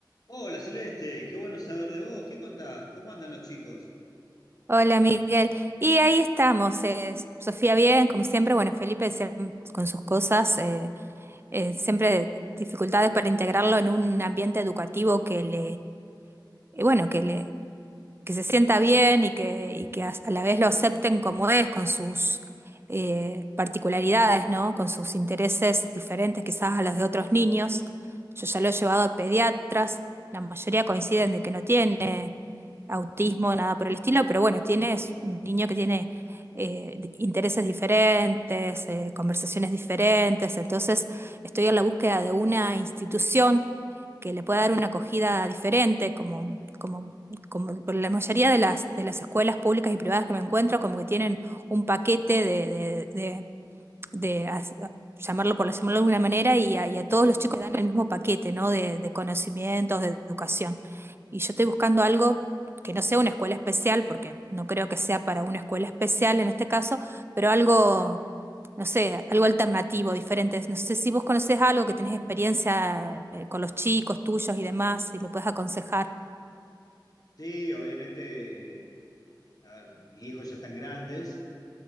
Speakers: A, on the left (about 50°); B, on the right (about 30°).
A: Hola Celeste, qué bueno saber de vos. ¿Qué contás? ¿Cómo andan los chicos?
B: Hola Miguel, y ahí estamos, eh, Sofía bien, como siempre, bueno, Felipe se- con sus cosas, eh, eh, siempre dificultades para integrarlo en un ambiente educativo que le, eh, bueno, que le, que se sienta bien y que, y que a a la vez lo acepten como es, con sus eh, particularidades, ¿no? Con sus intereses diferentes quizás a los de otros niños. Yo ya lo he llevado a pediatras, la mayoría coinciden de que no tiene autismo, nada por el estilo, pero bueno, tiene es un niño que tiene eh, di- intereses diferentes, eh, conversaciones diferentes, entonces estoy en la búsqueda de una institución que le pueda dar una acogida diferente, como, como, como por la mayoría de las, de las escuelas públicas y privadas que me encuentro, como que tienen un paquete de, de, de, de as- a- llamarlo por llamarlo de alguna manera, y a, y a todos los chicos le dan el mismo paquete, ¿no? De, de conocimientos, de educación. Y yo estoy buscando algo que no sea una escuela especial, porque no creo que sea para una escuela especial en este caso, pero algo, no sé, algo alternativo, diferente. No sé si vos conocés algo que tenés experiencia eh, con los chicos tuyos y demás, y me puedes aconsejar.
A: Sí, obviamente, a ver, mis hijos ya están grandes.